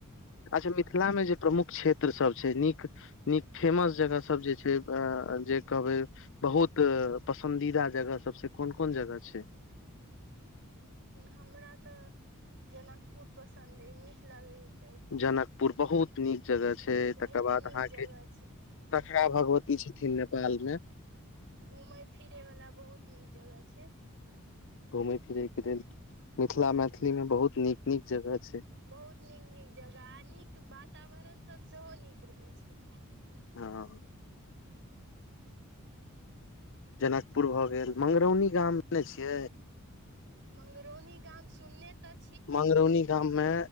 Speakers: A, on the left; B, on the right.
A: अच्छा मिथिलामे जे प्रमुख क्षेत्रसभ छै नीक नीक फेमस जगह सब जे छै अं जे कहबै बहुत पसन्दीदा जगह सब से कोन कोन जगह छै
B: हमरा तऽ जनकपुर पसन्द अइ नीक लागै यै
A: जनकपुर बहुत नीक जगह छै
B: बहुत
A: तकर बाद
B: नीक
A: अहाँके
B: जगह
A: सखरा
B: छै
A: भगवती छै थि नेपालमे
B: घूमेए फिरे वाला बहुत नीक जगह छै
A: घूमे फिरे के लेल मिथिला मैथिलीमे बहुत नीक नीक जगह छै
B: बहुत नीक नीक जगह आ नीक वातावरण सब सेहो नीक रहै छै
A: हाँ जनकपुर भऽ गेल मंगरौनी गाम जानै छियै
B: मंगरौनी गाम सुन्य तक
A: मंगरौनी गाममे